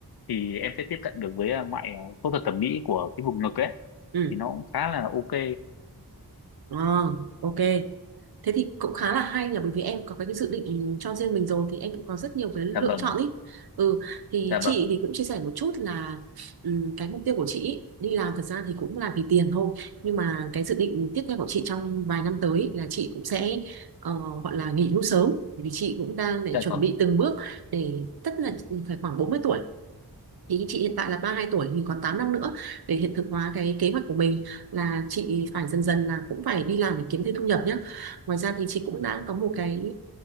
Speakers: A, on the left; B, on the right.
A: thì em sẽ tiếp cận được với ờ, ngoại ờ, phẫu thuật thẩm mỹ của cái vùng ngực ấy
B: ừ
A: thì nó cũng khá là ok
B: à ok Thế thì cũng khá là hay nhỉ bởi vì em có cái dự định cho riêng mình rồi thì em cũng có rất nhiều cái lựa
A: dạ vâng
B: chọn ý. Ừ thì
A: dạ
B: chị
A: vâng
B: thì cũng chia sẻ một chút là ừm, cái mục tiêu của chị ý, đi làm thật ra thì cũng là vì tiền thôi nhưng mà cái dự định tiếp theo của chị trong vài năm tới ý là chị cũng sẽ ờ, gọi là nghỉ hưu sớm bởi vì chị cũng đang để
A: dạ
B: chuẩn
A: vâng
B: bị từng bước để tất là phải khoảng bốn mươi tuổi thì chị hiện tại là 32 tuổi thì còn 8 năm nữa để hiện thực hóa cái kế hoạch của mình là chị phải dần dần là cũng phải đi làm để kiếm thêm thu nhập nhé. Ngoài ra thì chị cũng đã có một cái